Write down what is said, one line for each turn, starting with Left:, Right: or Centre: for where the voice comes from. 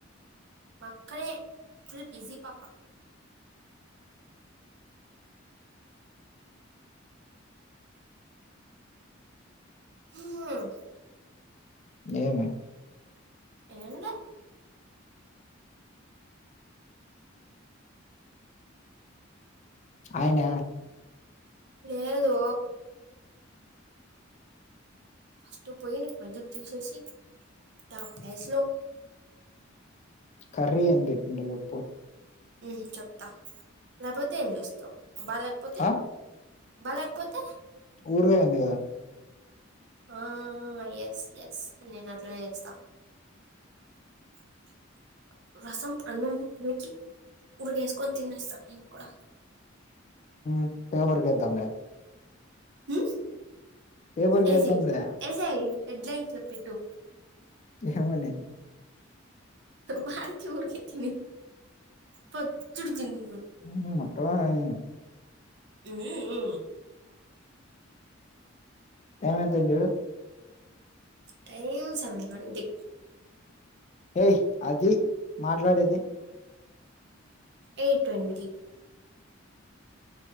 Right: మా అక్కనె ఫుల్ బిజీపాప హ్మ్
Left: ఏ మి
Right: ఏం లె
Left: ఆయ్న
Right: లేదు ఫస్ట్ పోయినిక్ మజ్జిగ తీసేసి టవ్ స్లొ
Left: కర్రీ ఏం చేపిండొ చెప్పు
Right: మ్ చెప్త లేకపొతే ఏం చేస్తవ్ బా లేకపొతే
Left: ఆ
Right: బలేకపొతే
Left: ఊరగై ఉంది కదా
Right: ఆ ఎస్ ఎస్ నేనట్లనే చేస్తా <inaudible> రసం అన్నం నూకి ఉరగయేసుకొని తినేస్త నేన్ కుడ
Left: మ్ పేవర్క్ కేద్దాం లె
Right: మ్
Left: పేపర్ కేద్దాంలే
Right: ఏసేయ్ ఏసేయ్ హెడ్లైన్స్ల పెట్టు
Left: ఏమని
Right: మార్చ్ ఊరికితిమి పచ్చడి తిని
Left: మ్ మట్టావావై
Right: మ్ మ్
Left: టైమ్ ఎంత అయిందిజుడు.
Right: ట్రైన్ సౌండ్ బండి
Left: ఏయ్ అది మాట్లాడేది
Right: ఏయ్ట్వంటీ